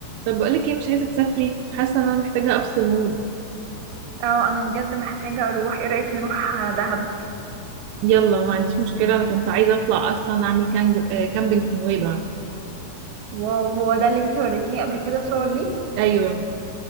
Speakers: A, on the right; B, on the right.
A: طب بقولك ايه مش عايزة تسافري حاسة ان انا محتاجة افصل مود
B: اه انا بجد محتاجة اروح ايه رأيك نروح دهب
A: يلا ما عنديش مشكلة انا كنت عايزة اطلع اصلا اعمل كانج... آه، كامبينج في نويبع
B: واو هو ده اللي انتي وريتيني قبل كده صور ليه
A: ايوه